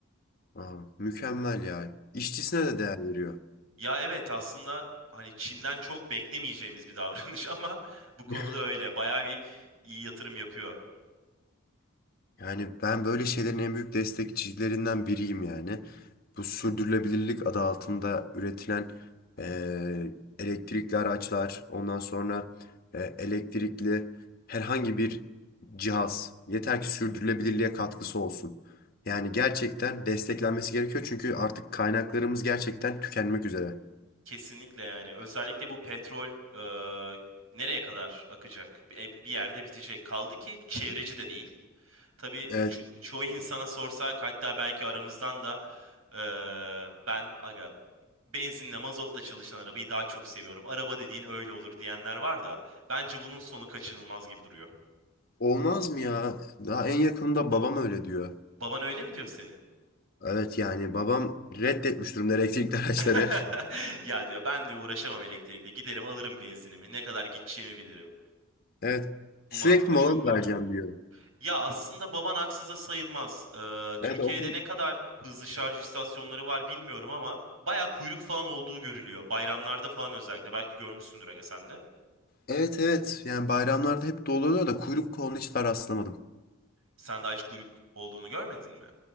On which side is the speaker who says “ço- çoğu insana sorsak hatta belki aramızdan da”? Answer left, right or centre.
Right